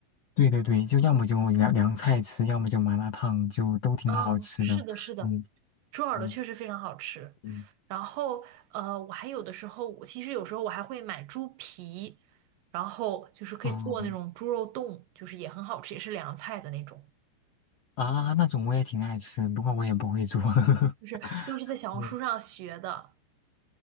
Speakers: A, on the left; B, on the right.
A: 对对对，就要么就凉凉菜吃，要么就麻辣烫，就都挺好吃的。
B: 嗯，是的，是的，
A: 嗯
B: 猪耳朵确实非常好吃。
A: 嗯嗯
B: 然后，呃，我还有的时候，我其实有时候我还会买猪皮，然后就是可以做那种猪肉冻，
A: 嗯
B: 就是也很好吃，也是凉菜的那种，
A: 啊，那种我也挺爱吃，不过我也不会做。<laughs>
B: 就是都是在小红书上学的，
A: 嗯